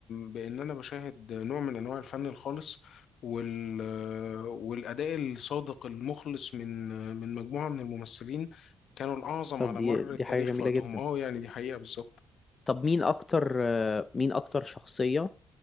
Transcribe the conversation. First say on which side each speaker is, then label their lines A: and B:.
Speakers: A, on the left; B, on the left.
A: بان انا بشاهد نوع من انواع الفن الخالص وال والاداء الصادق المخلص من من مجموعه من الممثلين كانوا الأعظم
B: طب
A: على
B: دي
A: مر
B: دي
A: التاريخ
B: حاجة جميلة
A: في وقتهم
B: جدا
A: اه يعني دي حقيقة بالظبط
B: طب مين اكتر آه، مين اكتر شخصية